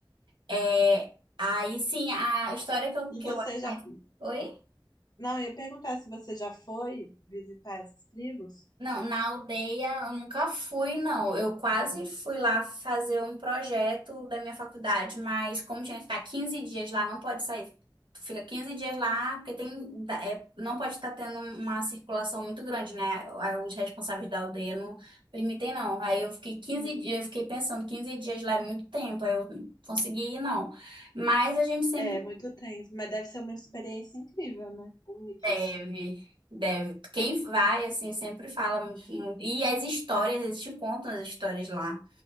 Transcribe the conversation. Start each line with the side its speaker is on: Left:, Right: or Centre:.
Right: É, aí sim, a história que eu,
Left: E
Right: que
Left: você
Right: eu...
Left: já,
Right: Oi?
Left: não, eu ia perguntar se você já foi visitar essas tribos?
Right: Não, na aldeia eu nunca fui, não. Eu quase fui lá fazer um projeto da minha faculdade, mas como tinha que ficar 15 dias lá, não pode sair. Tu Fica 15 dias lá, porque tem, da- é, não pode estar tendo uma circulação muito grande, né? Aí Os responsáveis da aldeia não permitem, não. Aí eu fiquei quinze
Left: Uhum.
Right: dias, eu fiquei pensando, 15 dias lá é muito tempo, aí eu não consegui ir, não. Mas a gente sempre
Left: É, muito tenso, mas deve ser uma experiência incrível, né? Única
Right: Deve,
Left: assim.
Right: deve. Quem vai, assim, sempre fala muito. muito. E as histórias, eles te contam as histórias lá,